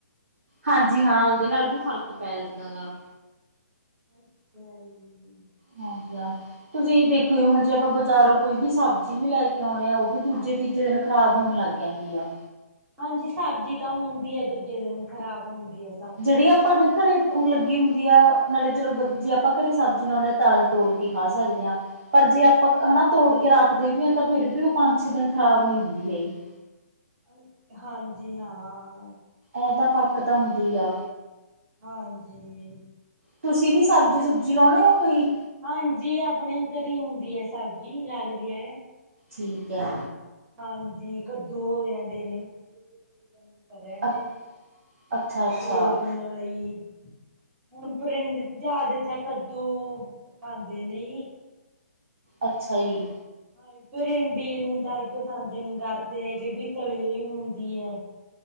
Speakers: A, on the right; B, on the right.
A: ਹਾਂਜੀ, ਹਾਂ, ਉਦੇ ਨਾਲ ਵੀ ਫ਼ਰਕ ਪੈ ਜਾਂਦਾ, ਗਾ
B: ਅੱਛਾ ਜੀ
A: ਹਾਂਜੀ ਹਾਂ ਤੁਸੀਂ ਦੇਖੋ ਹੁਣ ਜੇ, ਆਪਾਂ ਬਾਜ਼ਾਰੋਂ ਕੋਈ ਵੀ ਸਬਜ਼ੀ ਵੀ ਲੈ ਕੇ ਆਉਣੇ ਆ, ਓ ਵੀ ਦੂਜੇ, ਤੀਜੇ ਦਿਨ ਖ਼ਰਾਬ ਹੋਣ ਲੱਗ ਗਏ ਕੈਂਡੀਆ
B: ਹਾਂਜੀ ਸਾਬਜ਼ੀ ਤਾਂ ਹੁਣਦੀ ਐ ਦੂਜੇ ਦਿਨ ਖ਼ਰਾਬ ਹੁੰਦੀ ਐ।
A: ਜੇੜੀ ਆਪਾਂ ਨੇ ਘਰੇ ਲੱਗੀ ਹੁੰਦੀ ਆ ਨਾਲੇ ਚਲੋ ਜੇ ਆਪਾਂ ਘਰੇ ਸਬਜ਼ੀ ਲੋਂਦੇ ਹਾਂ ਤਾਜੀ ਤੋੜ ਕੇ ਖਾ ਸਕਦੇ ਹਾਂ ਪਰ ਜੇ ਆਪਾਂ
B: ਹਾਂ
A: ਹੈਨਾ ਤੋੜ ਕੇ ਰੱਖਦੇ ਵੀ ਹਾਂ ਤਾਂ ਫੇਰ ਵੀ ਉਹ ਪੰਜ ਛੇ ਦਿਨ ਖ਼ਰਾਬ ਨੀ ਹੁੰਦੀ ਹੈਗੀ।
B: ਅ ਹਾਂਜੀ ਹਾਂ।
A: ਐ ਤਾਂ ਫਰਕ ਤਾਂ ਹੁੰਦੀ ਆ।
B: ਹਾਂਜੀ।
A: ਤੁਸੀਂ ਵੀ ਸਬਜ਼ੀ ਸੁਬਜੀ ਲਾਉਣੇ ਓ ਕੋਈ?
B: ਹਾਂਜੀ ਆਪਣੇ ਘਰੇ ਹੁੰਦੀ ਹੈ ਸਬਜ਼ੀ ਲੱਗਦੀ ਹੈ।
A: ਠੀਕ ਹੈ।
B: ਹਾਂਜੀ ਕੱਦੂ ਹੋ ਜਾਂਦੇ ਨੇ <unintelligible> ਰੈਂਦੇ
A: ਅ
B: ਨੇ
A: ਅੱਛਾ ਅੱਛਾ
B: ਤੋਰੀਆਂ ਈ ਹੁਣ ਪਰਿੰਦ ਜਿਆਦਾ ਤਾਂ ਕੱਦੂ ਖਾਂਦੇ ਨਈ।
A: ਅੱਛਾ ਜੀ।
B: ਹਾ ਪਰਿੰਡੀ ਨੂੰ ਤਾਂ ਐ ਪਸੰਦ ਨਹੀਂ ਕਰਦੇ ਹੈਗੇ ਵੀ ਤਲੀਈ ਹੁੰਦੀ ਹੈ।